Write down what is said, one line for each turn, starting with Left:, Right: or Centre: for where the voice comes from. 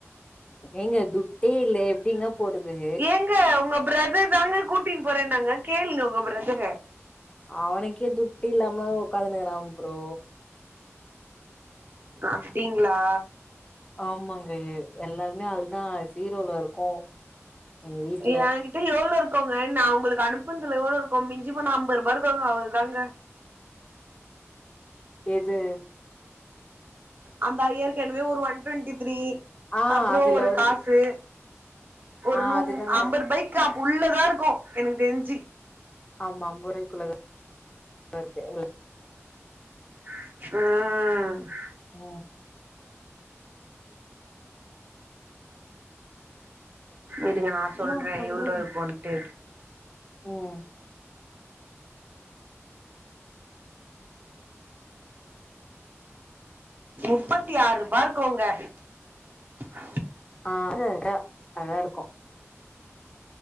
Left: ஏங்க துட்டே இல்ல எப்டிங்கப் போருதே
Right: ஏங்க உங்க ப்ரதர் தாங்க கூட்டின் போறேன்னாங்க கேளுங்க உங்க ப்ரதர
Left: அவனுக்கே துட்டு இல்லாம உக்காந்துனுக்குறான் ப்ரோ
Right: அப்டிங்ளா
Left: ஆமாங்க எ எல்லார்மே அல்தா ஜீரோல இருக்கோ எங்க வீட்ல
Right: யாங்கி எவ்ளோ இருக்குங்க நான் உங்களுக்கு அனுப்புனதுல இ எவ்ளோ இருக்கோங்க நா உங்களுக்கு அனுப்புன்துல எவ்ளோ இருக்கோ மிஞ்சி போனா அம்பது ருபா இருக்கோங்க அவள்தாங்க
Left: எது
Right: அந்த ஐயருக்கு என்வே ஒரு ஒன் டுவென்ட்டி த்ரீ
Left: ஆ
Right: அப்றோ
Left: அதுல
Right: ஒரு
Left: வந்து
Right: காசு ஒரு
Left: ஆ
Right: நூ
Left: அதுதானே
Right: அம்பரு பைக்கா உள்ளதா இருக்கொ எனக்கு தெரிஞ்சி
Left: ஆமா அம்பருவாய்க்குள்ளது லர்க்கு இல்ல
Right: ஆ
Left: ஊ
Right: இருங்க நா சொல்றே
Left: என்னா பண்றது
Right: எவ்ளோ இருக்குன்ட்டு
Left: ம்
Right: முப்பத்தி ஆற் ருபா இருக்கோங்க <inaudible>
Left: ஆ டு டா அதா இருக்கொ